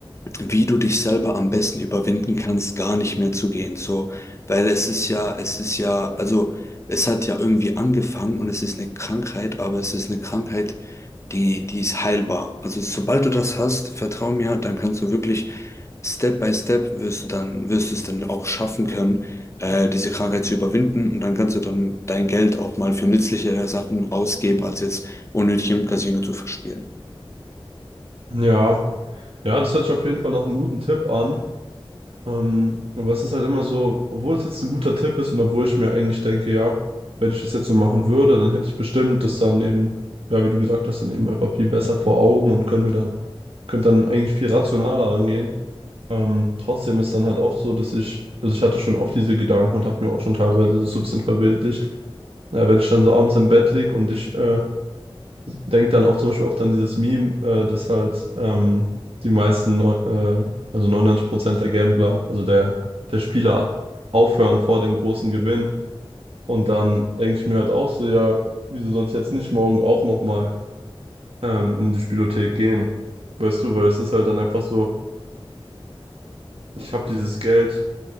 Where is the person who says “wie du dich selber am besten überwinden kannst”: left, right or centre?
Left